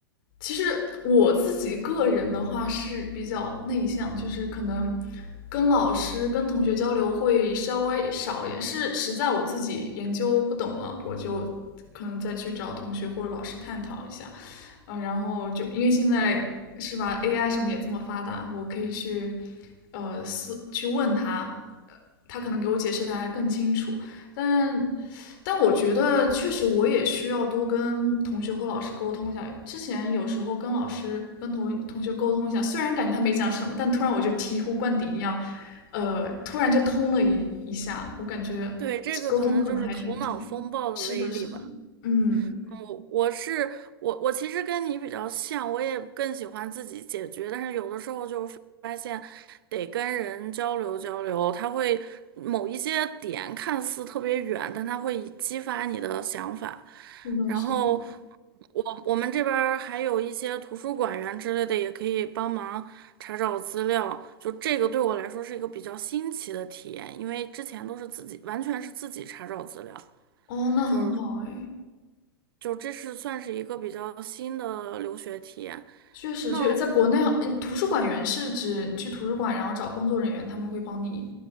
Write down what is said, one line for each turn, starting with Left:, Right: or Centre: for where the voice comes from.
Left: 其实我自己个人的话是比较内向，就是可能跟老师、跟同学交流会稍微少一点，是实在我自己研究不懂了，我就可能再去找同学或者老师探讨一下。嗯、呃，然后就因为现在是吧，AI 什么也这么发达，我可以去呃思去问他，呃，他可能给我解释的还更清楚。但但我觉得确实我也需要多跟同学或老师沟通一下。之前有时候跟老师、跟同同学沟通一下，虽然感觉他没讲什么，但突然我就醍醐灌顶一样，呃，突然就通了一一下。我感觉
Right: 对，这个可能就是头脑风暴的威力吧。
Left: 沟通可能还挺重要。是的，是的，嗯，
Right: 我我是我，我其实跟你比较像，我也更喜欢自己解决，但是有的时候就发现得跟人交流交流，他会某一些点看似特别远，但他会激发你的想法。
Left: 是的，
Right: 然后
Left: 是的。
Right: 我我们这边儿还有一些图书馆员之类的，也可以帮忙查找资料。就这个对我来说是一个比较新奇的体验，因为之前都是自己，完全是自己查找资料，
Left: 哦，那很好哎，
Right: 就是。就这是算是一个比较新的留学体验。
Left: 确实，
Right: 那
Left: 就是在国内，嗯，图书馆员是指你去图书馆，然后找工作人员，他们会帮你